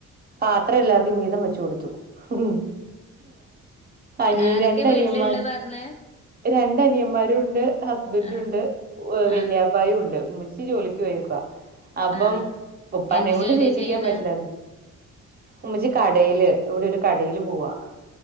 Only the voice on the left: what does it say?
ആരൊക്കെ
വീട്ടിലിള്ളെ പറഞ്ഞ്
ആഹ്
ആഹ്
ആഹ്
എന്ത്
ജോലിയാ
ചെയ്യണെ